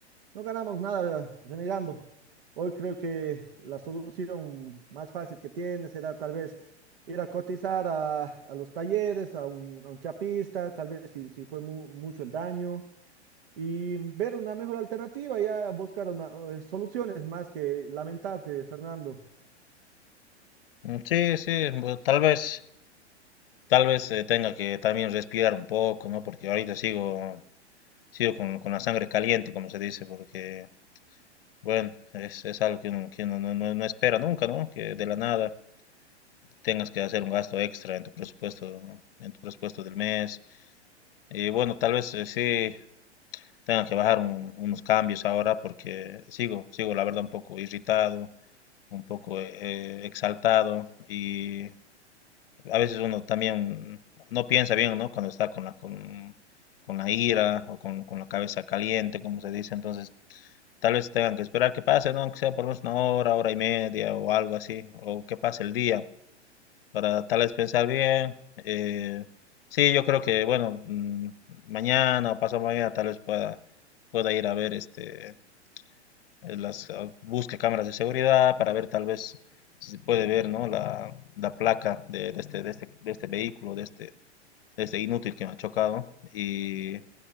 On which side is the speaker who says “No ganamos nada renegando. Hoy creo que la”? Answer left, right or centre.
Right